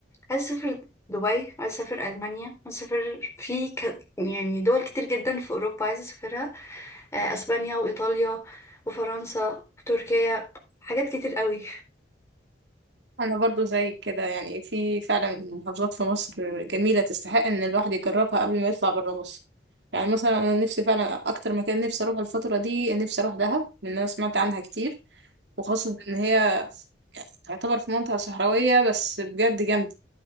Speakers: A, on the left; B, on the right.
A: عايزة أسافر دبي عايزة أسافر ألمانيا عايزة أسافر في ك... يعني دول كتير جدا في أوروبا عايزة أسافرها آه أسبانيا وإيطاليا وفرنسا وتركيا حاجات كتير قوي
B: انا برضو زي كده يعني في فعلا محافظات في مصر جميلة تستحق ان الواحد يجربها قبل ما يطلع برا مصر يعني مثلا انا نفسي فعلا اكتر مكان نفسي اروح الفترة دي نفسي اروح دهب لان انا سمعت عنها كتير وخاصة ان هي يعني تعتبر في منطقة صحراوية بس بجد جامدة